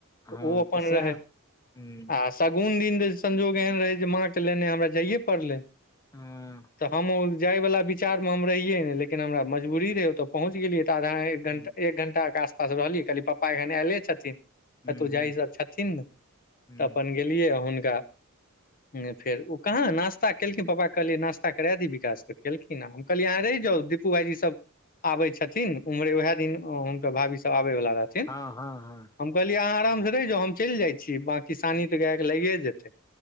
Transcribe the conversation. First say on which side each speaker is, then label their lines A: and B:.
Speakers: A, on the left (about 15°); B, on the left (about 40°).
A: हँ
B: ओ अपन
A: तऽ सएह
B: रहै
A: हुँ
B: आ शगुन दिन जे संजोग एहन रहय जे माँ के लेने हमरा जाइए पड़लै
A: हँ
B: तऽ हमो जाय वाला बि विचार मे हम रहियै नय लेकिन हमरा मजबूरी रहै ओतऽ पहुँच गेलियै तऽ आधा एक घंटा
A: हुँ
B: एक घंटा के आश पास रहलिय कहली पप्पा एखन आयले छथिन
A: हुँ
B: कतो
A: हुँ
B: जाय सब छथिन तऽ
A: हुँ
B: अपन गेलियै हुनका हूं न फेर ऊ कहां नास्ता नास्ता केलखिन पप्पा कहलियै नास्ता करै दी विकास केलखिन हम कहलिय अहाँ रहि जाउ दि पू भाईजी सब आबे छथिन उम्हरे वएह दिन हुनकर भाभी सब आबेवाला रहथिन
A: हँ हँ हँ
B: हम कहलियै आहा अराम से रैह जाऊ हम चईल जाय छी बाकी सानी
A: हूँ
B: त गाय के लगिये जेतै